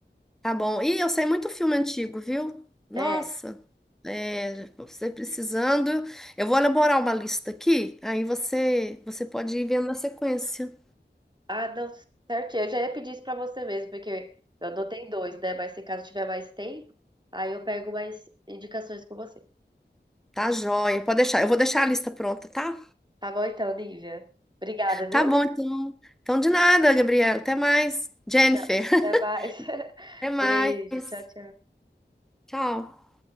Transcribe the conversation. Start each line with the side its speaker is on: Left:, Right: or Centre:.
Centre: Tá bom. Ih, eu sei muito filme antigo, viu? Nossa,
Right: É.
Centre: é, você precisando. Eu vou elaborar uma lista aqui, aí você você pode ir vendo na sequência.
Right: Ah, não, certinho. Eu já ia pedir isso pra você mesmo, porque eu anotei dois, né? Mas se caso tiver mais tempo, aí eu pego mais indicações com você.
Centre: Tá joia, pode deixar. Eu vou deixar a lista pronta, tá?
Right: Tá bom então, Nívia. Obrigada, viu?
Centre: Tá bom, então. Então, de nada, Gabriela. Até mais. Jennifer,
Right: Tchau. Até mais. <laughs>
Centre: <laughs> até mais.
Right: Beijo. Tchau, tchau.
Centre: Tchau.